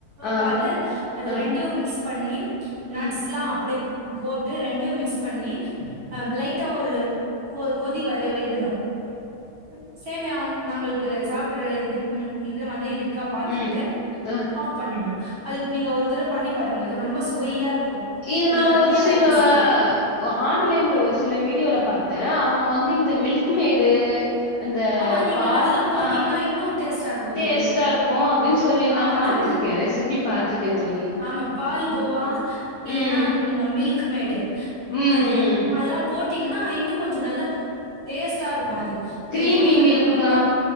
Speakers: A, on the left; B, on the right.
A: ஆ
B: பால அது
A: ஆ
B: ரெண்டையும் மிக்ஸ் பண்ணி நட்ஸ்லாம்
A: ம்
B: அப்டே போட்டு ரெண்டும் மிக்ஸ் பண்ணி ஆ
A: ம்
B: லைட்டா ஒரு கொதி வர விடுனும் ம் சேமி நம்மளுக்கு சாப்படுற இது இதுல மாரி இருக்கு க்கா பாத்துக்கிட்டு
A: ம் ஆ
B: ஆப் பண்ணும் அது நீங்க ஒரு தடவை பண்ணி பாருங்க அது ரொம்ப சுவையா இருக்கு
A: இது
B: நீங்க
A: நான
B: தனியா
A: ஒரு சில
B: இருக்கு சுவை
A: ஆ ஆஃப்லை ல ஒரு சில வீடியோல பாத்தேன் அவ அவங்க வந்து இந்த மில்க் மேடு அந்த
B: ஆமா நீங்க
A: பால்
B: அதெல்லாம் போட்டீங்கன்னா
A: ஆ
B: இன்னு ஸ்டா இருக்கும்
A: டேஸ்ட்டா
B: தோழி
A: இருக்கு அப்டின்னு சொல்லி
B: ஆமா
A: நா பாத்திருக்கே
B: தோழி
A: ரெசிபி பாத்திருக்கே தோழி
B: ஆமா பால்கோவா
A: ம் ம்
B: இல்லைன்னா நீங்க மில்க் மில்க்மேடு
A: ம்
B: அது அதெல்லாம் போட்டி என்னா இன்னும் கொஞ்சோம் நல்லா டேஸ்ட்டா இருக்கும் அது நீங்க
A: கிரீமி
B: குடிக்கிறதுக்கு
A: மில்க்
B: ரொம்ப
A: ஆ